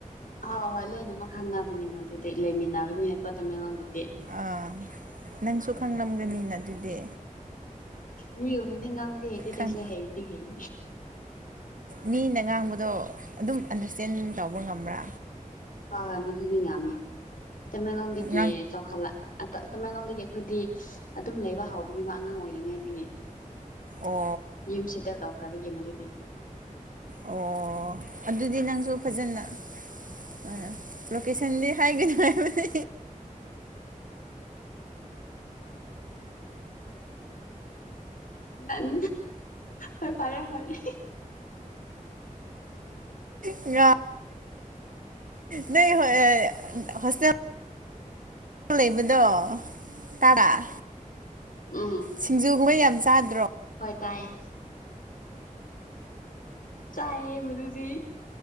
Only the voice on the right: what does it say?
ꯑꯥ ꯅꯪꯁꯨ ꯈꯪꯂꯝꯒꯅꯤꯅ ꯑꯗꯨꯗꯤ
ꯈꯪ
ꯃꯤꯅ ꯉꯥꯡꯕꯗꯣ ꯑꯗꯨꯝ ꯑꯟꯗꯔꯁꯇꯦꯟ ꯇꯧꯕ ꯉꯝꯕ꯭ꯔꯥ
ꯉꯥꯡ
ꯑꯣ
ꯑꯣ ꯑꯗꯨꯗꯤ ꯅꯪꯁꯨ ꯐꯖꯅ ꯑ ꯂꯣꯀꯦꯁꯟꯗꯤ ꯍꯥꯏꯒꯅꯨ ꯍꯥꯏꯕꯅꯦ
ꯎꯡ ꯌꯥ ꯅꯦ ꯍꯣꯏ ꯍꯣꯁꯇꯦꯜ ꯂꯩꯕꯗꯣ ꯇꯕꯔꯥ
ꯁꯤꯡꯖꯨꯒꯨꯝꯕ ꯌꯥꯝ ꯆꯥꯗ꯭ꯔꯣ